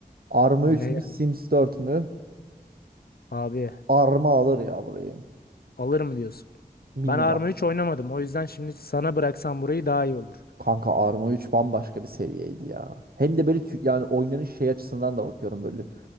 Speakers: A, on the right; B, on the left.
A: Arma
B: Yine
A: 3 mü
B: geldi.
A: Sims 4 mü?
B: Abi
A: Arma alır ya burayı.
B: alır mı diyorsun?
A: Bilmiyorum.
B: Ben Arma
A: abi.
B: 3 oynamadım. O yüzden şimdi sana bıraksam burayı daha iyi olur.
A: Kanka Arma 3 bambaşka bir seviyeydi ya. Hem de böyle tü- yani oynanış şey açısından da bakıyorum böyle.